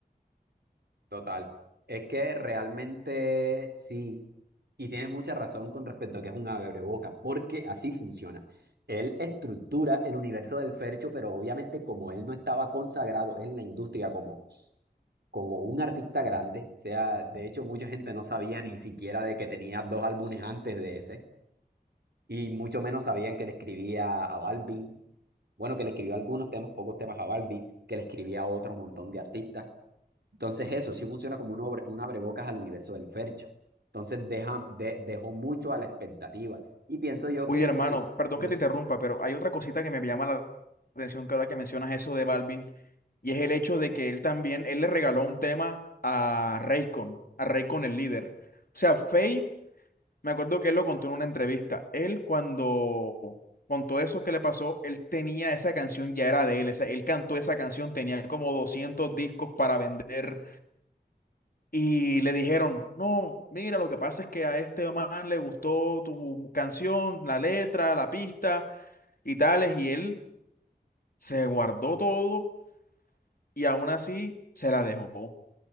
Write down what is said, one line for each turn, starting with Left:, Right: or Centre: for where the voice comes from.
Right: Total. Es que realmente sí, y tienes mucha razón con respecto a que es un abreboca, porque así funciona. Él estructura el universo del Fercho, pero obviamente como él no estaba consagrado en la industria como como un artista grande, o sea, de hecho mucha gente no sabía ni siquiera de que tenía dos álbumes antes de ese, y mucho menos sabían que le escribía a Balvin, bueno, que le escribió algunos temas, pocos temas a Balvin, que le escribía a otro montón de artistas. Entonces eso sí funciona como un, obre- un abrebocas al universo del Fercho. Entonces deja, de- dejó mucho a la expectativa. Y pienso yo
Left: Oye,
Right: que en
Left: hermano,
Right: los, si-
Left: perdón
Right: los...
Left: que te interrumpa, pero hay otra cosita que me llama la atención que ahora que mencionas eso de Balvin, y es el hecho de que él también, él le regaló un tema a Raycon, a Raycon el líder. O sea, Fade, me acuerdo que él lo contó en una entrevista. Él cuando contó eso que le pasó, él tenía esa canción, ya era de él, esa- él cantó esa canción, tenía como 200 discos para vender. Y le dijeron, no, mira, lo que pasa es que a este man le gustó tu canción, la letra, la pista, y tales, y él se guardó todo y aún así se la dejó.